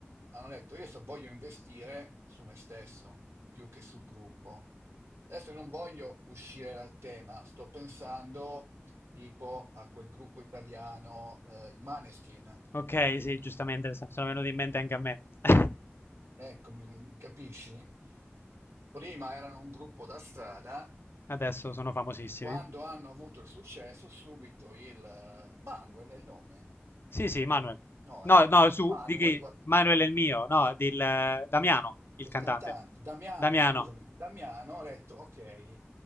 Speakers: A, on the right; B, on the left.
A: hanno detto, io adesso voglio investire su me stesso più che sul gruppo. Adesso non voglio uscire dal tema, sto pensando tipo a quel gruppo italiano, eh, i Maneskin.
B: Ok, sì, giustamente, s- sono venuti in mente anche a me. <laughs>
A: Ecco, mi- capisci? Prima erano un gruppo da strada,
B: Adesso sono famosissimi.
A: quando hanno avuto il successo, subito il... eh, Manuel è il nome?
B: Sì, sì, Manuel.
A: No,
B: No,
A: eh?
B: no, su,
A: Manuel,
B: di chi?
A: guarda.
B: Manuel è il mio, no, del eh, Damiano,
A: del
B: il cantante.
A: cantante Damiano,
B: Damiano,
A: scusami, Damiano ha detto ok,